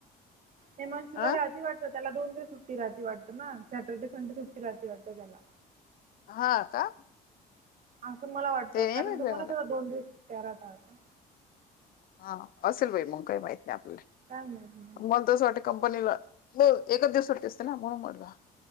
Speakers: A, on the right; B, on the left.
A: हिमांशूला
B: अं.
A: राहती वाटतं त्याला दोन दिवस सुट्टी राहती वाटतं ना सॅटर्डे, संडे सुट्टी राहती वाटत त्याला.
B: हा का?
A: असं मला वाटतं.
B: ते नाही
A: कारण
B: माहित
A: तुम्हाला
B: बाई मला
A: त दोन दिवस सुट्ट्या राहतात ना?
B: हा असेल बाई मग काही माहिती नाही आपल्याला
A: काय माहित मग.
B: मला तस वाट कंपनीला ब एकच दिवस सुट्टी असते ना? म्हणून म्हटलं.